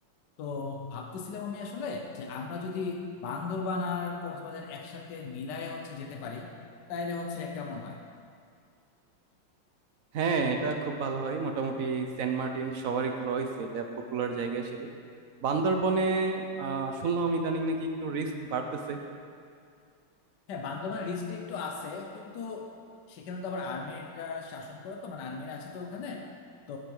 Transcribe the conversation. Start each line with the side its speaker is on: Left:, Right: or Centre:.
Left: তো ভাবতেছিলাম আমি আসলে যে আমরা যদি বান্দরবান আর কক্সবাজার একসাথে মিলায় হচ্ছে যেতে পারি তাইলে হচ্ছে কেমন হয়
Right: হ্যাঁ এটা খুব ভালো হয় মোটামুটি সেন্ট মার্টিন সবারই ঘোরা হয়েছে এটা পপুলার জায়গা হিসেবে বান্দরবনে আহ শুনলাম ইদানিং নাকি একটু রিস্ক বাড়তেছে
Left: হ্যাঁ বান্দরবান রিস্ট্রিক্ট একটু আছে কিন্তু সেখানে তো আবার আর্মিরা শাসন করে তো মানে আর্মিরা আছে তো ওখানে তো